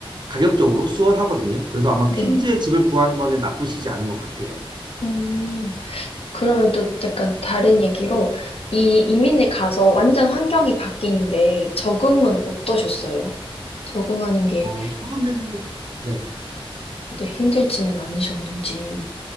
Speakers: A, on the right; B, on the left.
A: 가격적으로 수월하거든요. 그래서 아마
B: 네.
A: 퀸즈에 집을 구하는 거는 나쁘시지 않은 것 같아요.
B: 음, 그러면 또 약간 다른 얘기로 이 이민을 가서 완전 환경이 바뀌는데 적응은 어떠셨어요? 적응하는 게
A: 어, 처음에는 네,
B: 네, 힘들지는 않으셨는지.